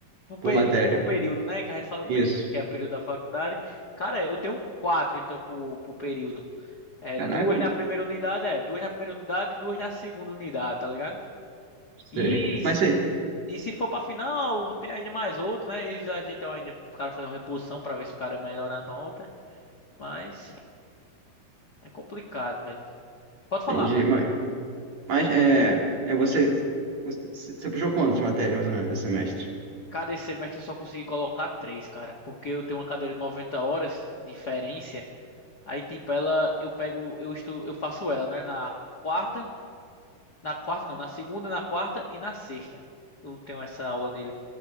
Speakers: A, on the left; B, on the right.
A: por, peri-
B: por matéria.
A: por período, né? Que a gente fala
B: Isso.
A: período, que é o período da faculdade. Cara, eu tenho quatro, então, por, por período. É,
B: Caraca,
A: duas na primeira unidade, é, duas na primeira unidade e duas na segunda unidade, tá ligado?
B: sei.
A: E, s-
B: Mas você,
A: e se for pra final, tem ainda mais outro, né? Eles ajeitam ainda pro cara fazer uma reposição pra ver se o cara melhora a nota, mas... É complicado, velho. Pode
B: entendi.
A: falar, mano.
B: Mas, mas é, é você, você, você puxou quantas matérias mais ou menos esse semestre?
A: Cara, esse semestre eu só consegui colocar três, cara. Porque eu tenho uma cadeira de 90 horas, de diferença. Aí, tipo, ela, eu pego, eu estu, eu faço ela, né? Na quarta, na quarta não, na segunda, na quarta e na sexta. Eu tenho essa aula dele.